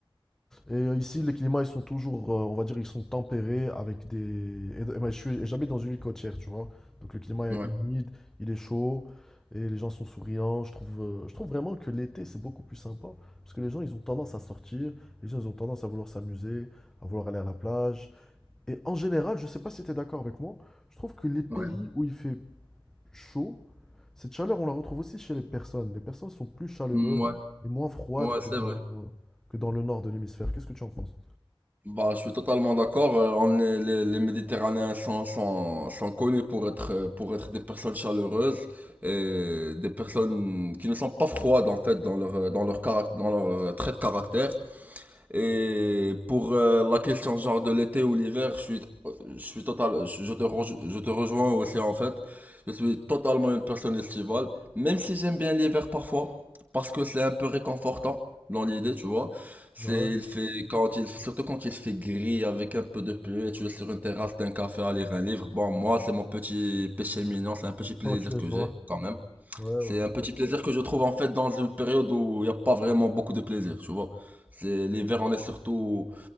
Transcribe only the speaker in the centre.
euh, et ici, les climats, ils sont toujours, euh, on va dire, ils sont tempérés avec des... Et, et moi, je suis- et j'habite dans une ville côtière, tu vois. Donc le climat est
humide, il est chaud, et les gens sont souriants. Je trouve, euh, je trouve vraiment que l'été, c'est beaucoup plus sympa. Parce que les gens, ils ont tendance à sortir, les gens, ils ont tendance à vouloir s'amuser, à vouloir aller à la plage. Et en général, je sais pas si tu es d'accord avec moi, je trouve que les pays
où il fait chaud, cette chaleur, on la retrouve aussi chez les personnes. Les personnes sont plus chaleureuses
et moins froides
que dans,
que dans le nord de l'hémisphère. Qu'est-ce que tu en penses?
Ouais,
ok, je
vois.
Ouais, ouais,
ouais,